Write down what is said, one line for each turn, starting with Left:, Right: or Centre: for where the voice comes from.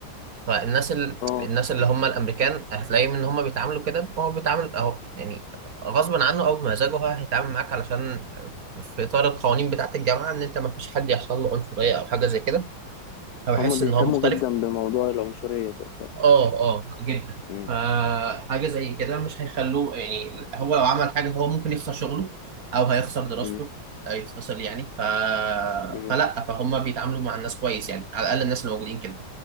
Right: فالناس ال...
Left: اه
Right: الناس اللي هم الامريكان هتلاقيهم ان هم بيتعاملوا كده هو بيتعامل اهو يعني غصب عنه او بمزاجه هو هيتعامل معاك علشان في اطار القوانين بتاعه الجامعه ان انت ما فيش حد يحصل له عنصريه او حاجه زي كده او يحس
Left: هما بيهتموا
Right: ان هو مختلف
Left: جدا بموضوع العنصرية ده
Right: اه اه جدا
Left: امم
Right: فحاجه زي كده مش هيخلوه يعني هو لو عمل حاجه هو ممكن يخسر شغله او هيخسر دراسته
Left: امم
Right: آه، يتفصل يعني ف...
Left: امم
Right: فلا فهم بيتعاملوا مع الناس كويس يعني على الاقل الناس اللي موجودين كده